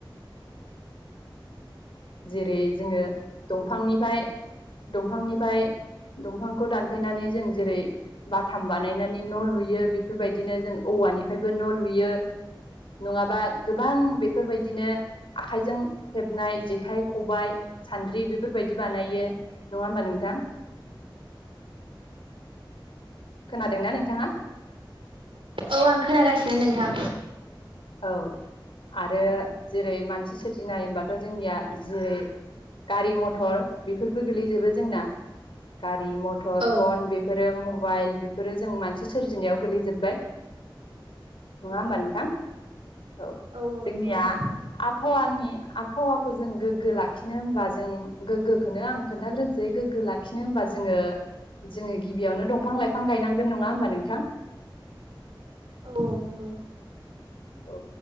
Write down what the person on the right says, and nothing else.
औ
औ आं खोनागासिनो नोंथां
औ।
औ
औ
नंगौ नोंथां
औ -औ नंगौ